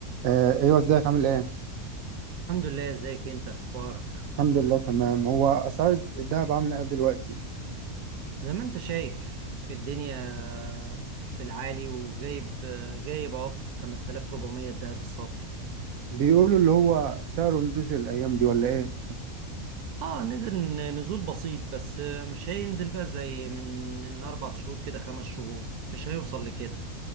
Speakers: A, on the right (about 70°); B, on the right (about 90°).
A: آه ايوه ازيك عامل ايه
B: الحمد لله ازيك انت اخبارك
A: الحمد لله تمام هو اسعار الذهب عامله ايه دلوقتي
B: زي ما انت شايف الدنيا في العالي وجايب جايب اهو 5400 الدهب الصافي
A: بيقولوا اللي هو سعره نزل الايام دي ولا ايه
B: اه نزل نزول بسيط بس مش هينزل بقى زي من من اربع شهور كده خمس شهور مش هيوصل لكده